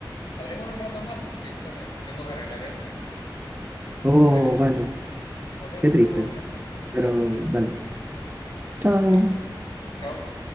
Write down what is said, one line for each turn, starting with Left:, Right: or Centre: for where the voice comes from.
Left: hablemos un rato más, que, está medio- que tengo que arreglar esto.
Right: Oh,
Left: ¿Te parece?
Right: bueno,
Left: Nos vemos,
Right: qué triste,
Left: pues, Oscar.
Right: pero
Left: Eh,
Right: dale. Chao.
Left: Ya, chao.